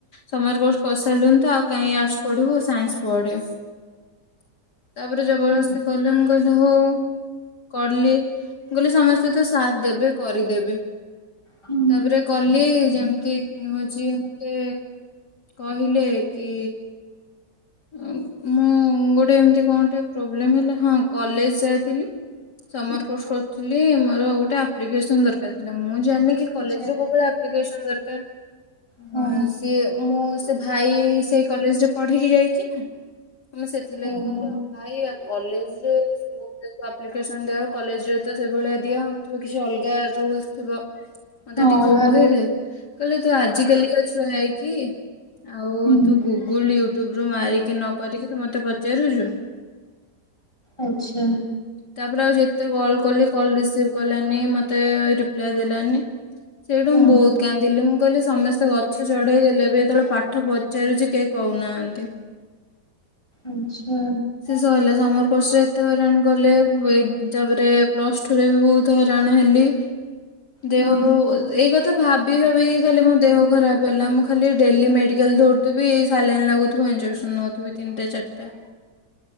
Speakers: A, on the left; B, on the left.
A: ସମର କୋର୍ସ କରିସାରିଲୁଣି ତ ଆଉ କାହିଁ ଆର୍ଟସ ପଢିବୁ ସାଇନ୍ସ ପଢେ। ତାପରେ ଜବରଦସ୍
B: ହୁଁ
A: କଲେ ମୁଁ କହିଲି ହଉ। କଲି ମୁଁ କହିଲି ସମସ୍ତେ ତ ସାଥ ଦେବେ କରିଦେବେ।
B: ହୁଁ
A: ତାପରେ କଲି ଯେମିତି କି ହଉଛି ମତେ କହିଲେ କି ଆଁ ମୁଁ ଗୋଟେ ଏମିତି କଣ ଟିକେ ପ୍ରୋବ୍ଲେମ୍ ହେଲା, ହଁ କଲେଜ ଯାଇଥିଲି।
B: ହଁ <inaudible>
A: ସମର୍ କୋର୍ସ କରିୁଥିଲି, ମୋର ଗୋଟେ ଆପ୍ଲିକେସନ୍ ଦରକାର ଥିଲା। ମୁଁ ଜାଣିନି କି
B: ଆଚ୍ଛା
A: କଲେଜରେ କୋଉ ଭଳିଆ ଆପ ଲିକେଶନ ଦରକାର୍
B: ହଁ
A: ଆଁ ଇଏ ମୁଁ ସେ ଭାଇ ସେଇ କଲେଜରେ ପଢିକି ଯାଇଛି ନା, ମାନେ ସେ ସେଥିଲାଗି
B: ହଁ
A: କହିଲ ଆଉ ଭାଇ ଆଉ କଲେଜରେ ସ୍କୁଲରେ ଯୋଉ ଆପ୍ଲିକେସନ୍ ଦିଆ ହୁଏ। କଲେଜ ରେ ତ ସେଇଭଳିଆ ଦିଆ ହଉନଥିବ କିଛି ଅଲଗା ରୁଲସ ଥିବ।
B: ହଁ <inaudible>
A: ମତେ ଟିକେ
B: ଅଲଗା
A: କହିଦେ, କହିଲେ ତୁ ଆଜିକାଲିକା ଛୁଆ ହେଇକି ଆଉ
B: ହୁଁ
A: ତୁ ଗୁଗୁଲ ୟୁଟ୍ୟୁବ ରୁ ମାରିକି ନ କରିକି ତୁ ମତେ ପଚାରୁଚୁ।
B: ଆଛା।
A: ତାପରେ ଆଉ ଯେତେ କଲ୍ କଲି, କଲ ରିସିଭ୍ କଲାନି ମତେ ରିପ୍ଲାଏ ଦେଲାନି। ସେଉଠୁ
B: ହଁ
A: ମୁଁ ବହୁତ କାନ୍ଦିଲି ମୁଁ କହିଲି ସମସ୍ତେ ଗଛ ଚଢେଇ ଦେଲେ ଏବେ ଯେତେବେଳେ ପାଠ ପଚାରୁଛି କେହି କହୁନାହାନ୍ତି।
B: ଆଚ୍ଛା।
A: ଶେଷହେଲା ସମର କୋର୍ସ ରେ ଏତେ ହଇରାଣ। କଲେ ଏ ତାପରେ ପ୍ଲସ ଟୁ ରେ ବି ବହୁତ ହଇରାଣ ହେଲି। ଦେହଉ
B: ହଁ
A: ଏଇ କ ଥା ଭାବି ଭାବିକି ଖାଲି ମୋ ଦେହ ଖରାପ ହେଲା। ମୁଁ ଖାଲି ଡେଲି ମେଡ଼ିକାଲ ଧଉଡିଥିବି ସଲାଇନୀ ଲାଗୁଥିବ ଇଞଜେକ୍ସନ୍ ନଉଥିବି ତିନିଟା ଚାରିଟା।